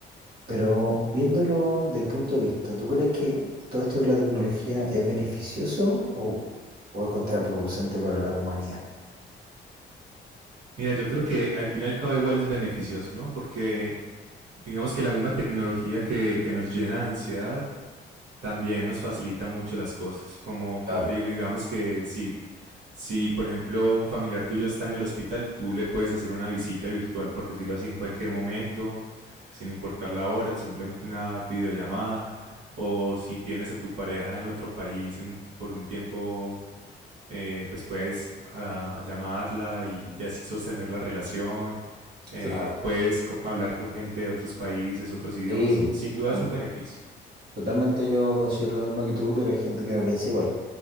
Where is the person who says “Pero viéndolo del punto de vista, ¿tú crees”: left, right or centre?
Right